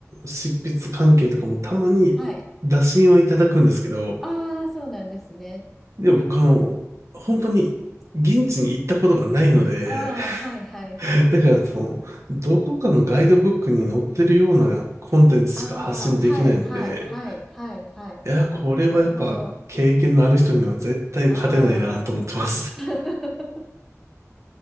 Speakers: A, on the right (about 65°); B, in the centre.
A: 執筆関係とかもたまに打診はいただくんですけど、
B: はい。ああ、そうなんですね。
A: でも僕あの、本当に現地に行ったことがないので、
B: ああ、
A: <laughs>
B: はいはいはい。
A: だからその、どこかのガイドブックに載ってるようなコンテンツしか発信できないので、
B: ああ、はいはいはいはいはい。
A: いや、これはやっぱ経験のある人には絶対勝てないなと思ってます。
B: なるほど。ああ。<laughs>